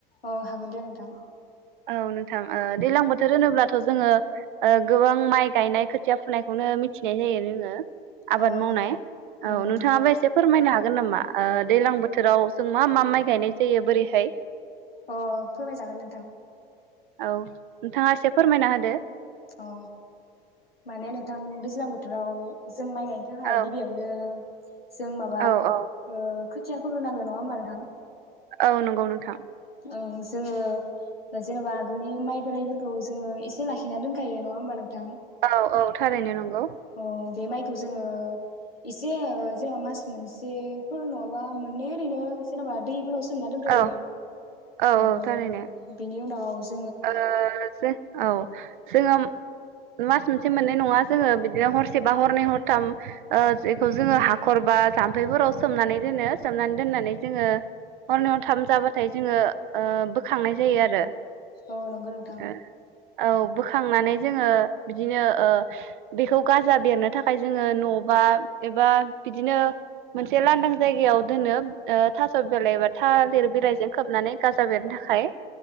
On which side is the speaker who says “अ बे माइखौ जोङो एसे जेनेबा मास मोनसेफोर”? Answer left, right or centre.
Left